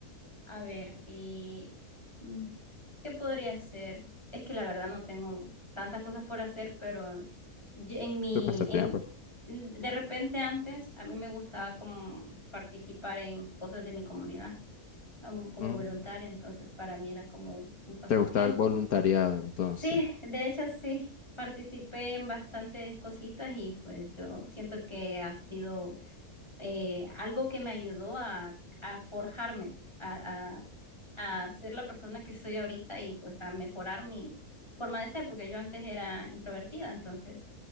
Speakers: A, on the left (about 15°); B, on the left (about 70°).
A: A ver, y... mm, ¿Qué podría hacer? Es que la verdad no tengo tantas cosas por hacer, pero yo- en mi,
B: tu pasatiempo.
A: en, de repente antes a mí me gustaba como participar en cosas de mi comunidad um, como
B: Mm,
A: voluntaria, entonces para mí era como un pasatiempo.
B: ¿Te gusta el voluntariado entonces?
A: Sí, de hecho sí, participé en bastantes cositas y pues yo siento que ha sido eh, algo que me ayudó a, a forjarme, a, a- a ser la persona que soy ahorita y pues a mejorar mi forma de ser, porque yo antes era introvertida, entonces